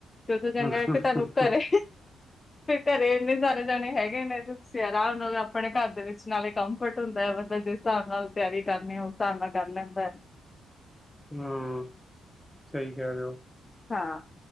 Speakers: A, on the left; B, in the centre.
A: ਤੇ ਉਥੋਂ ਚੰਗਾ
B: ਹੂੰ
A: ਕਿ ਤੁਹਾਨੂੰ ਘਰੇ
B: <inaudible>
A: ਫੇਰ ਘਰੇ ਇੰਨੇ ਸਾਰੇ ਜਾਣੇ ਹੈਗੇ ਨੇ ਤੁਸੀਂ ਆਰਾਮ ਨਾਲ ਆਪਣੇ ਘਰ ਦੇ ਵਿੱਚ ਨਾਲੇ ਕੰਫਰਟ ਹੁੰਦਾ ਐ ਬੰਦਾ ਜਿਸ <unintelligible> ਹਿਸਾਬ ਨਾਲ ਤਿਆਰੀ ਕਰਨੀ ਉਸ ਹਿਸਾਬ ਨਾਲ ਕਰ ਲੈਂਦਾ।
B: ਹੂੰ, ਸਹੀ ਕਹਿ ਰੇ ਔ
A: ਹਾਂ।